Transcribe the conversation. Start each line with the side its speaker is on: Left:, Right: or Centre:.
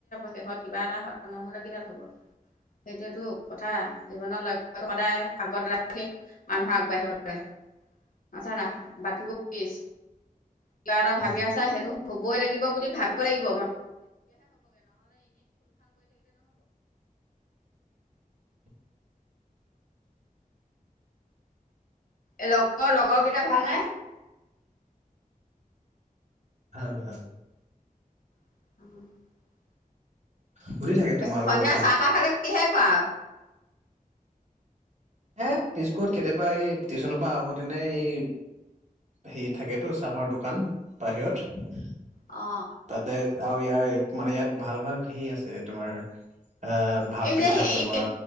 Left: শেষত কিবা এটা নহলে কিডাল হ'ব। সেইটোৱেতো কথা জীৱনৰ লক্ষ্যত সদায় আগত ৰাখি মানুহে আগবাঢ়িব লাগে। আগত ৰাখ বাকীবোৰ পিছ কিবা এটা
Right: হয়।
Left: ভাবি আছা সেইটো হবই লাগিব বুলি ভাবিব লাগিব।
Right: <inaudible>
Left: এ লগৰ লগৰ
Right: বিলাক
Left: কেইটা ভালনে?
Right: ভাল নে? ভাল ভাল।
Left: <inaudible>
Right: সুধি থাকে তোমালোকৰ
Left: সন্ধিয়া
Right: কথা
Left: চাহটাহ খালে কিহে খোৱা?
Right: এ বিস্কুত কেতিয়াবা এই টিউচনৰ পৰা আহোতেনে এই হেৰি থাকেতো চাহৰ দোকান বাহিৰত তাতে
Left: অ অ
Right: আৰু ইয়াৰ মানে ইয়াত ভাল ভাল হেৰি আছে তোমাৰ এ ভাপ
Left: এই
Right: পিঠা
Left: যে হেৰি
Right: বনোৱা